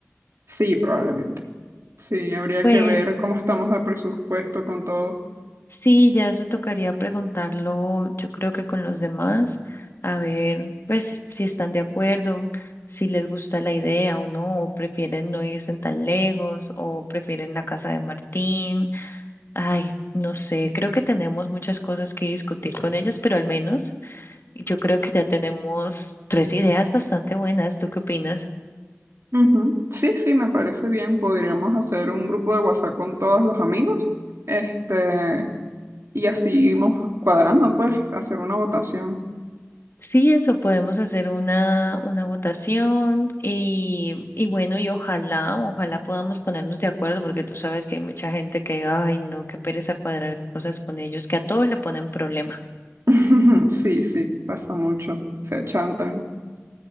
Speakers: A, on the right; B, on the left.
A: Sí, probablemente. Sí, habría
B: Pues
A: que ver cómo estamos de presupuesto con todo.
B: sí, ya eso tocaría preguntarlo, yo creo que con los demás, a ver, pues si están de acuerdo. si les gusta la idea o no, o prefieren no irse tan lejos, o prefieren la casa de Martín. Ay, no sé, creo que tenemos muchas cosas que discutir con ellas, pero al menos yo creo que ya tenemos tres ideas bastante buenas. ¿Tú qué opinas?
A: Ujú. Sí, sí, me parece bien. Podríamos hacer un grupo de WhatsApp con todos los amigos, este, y así irnos cuadrando, pues, hacer una votación.
B: Sí, eso, podemos hacer una, una votación y, y bueno, y ojalá, ojalá podamos ponernos de acuerdo, porque tú sabes que hay mucha gente que, ay, no, qué pereza cuadrar cosas con ellos, que a todo le ponen problema.
A: <laughs> Sí, sí, pasa mucho. Se achantan.